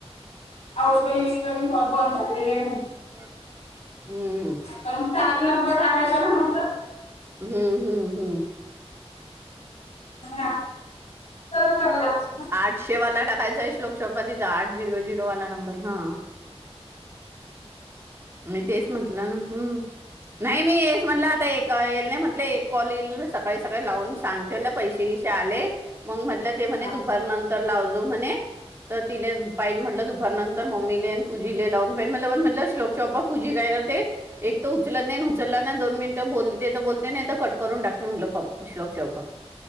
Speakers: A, on the left; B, on the right.
A: आउट गोईन बंद झालेले आहे.
B: <unintelligible> हम्, म
A: तर मग <unintelligible>
B: हम्म हम्म हम्म,
A: आणि आताव लागत,
B: आठशेवाला टाकायचां आहे श्लोक, शपतीचा आठ झिरो झिरो वाला नंबर हा, मी तेच म्हटलं ना हम्म नाही मी येस म्हटलं आता एक येईल ना म्हटलं एक कॉल येईल सकाळी सकाळी लावून सांगते पैसे येई, आ मग म्हट ते म्ह
A: हा
B: दुपार नंतर लाव म्हणे, तर तिले पाईन म्हटलं, दुपार नंतर मम्मीले आणि, पूजीले लावून पाईन म्हण म्हटलं, शलोक चॉपा पूझी काय करते एक तर उचलत नाही, उचलला ना दोन मिनिटं बोलते तर बोलते ना तर कट करून टाकत म्हणश लोक शोलोक चे पापा,